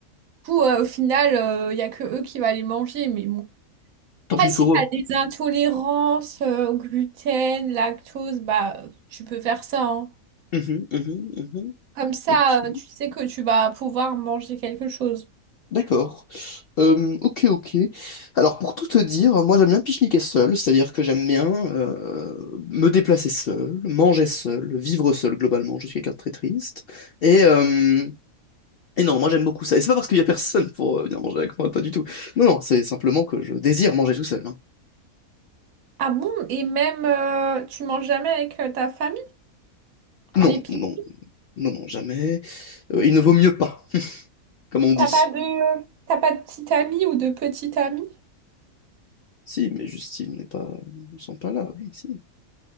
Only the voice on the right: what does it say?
Du coup, euh, au final, euh, il n'y a que eux qui vont les manger. Mais bon.
Après,
si
tu
as des intolérances euh, au gluten, lactose, bah, tu peux faire ça. hein.
Comme ça,
euh, tu sais que tu vas pouvoir manger quelque chose.
Ah bon? Et même, euh, tu manges jamais avec euh, ta famille?
Les piques.
T'as pas de, t'as pas de petite amie ou de petite amie?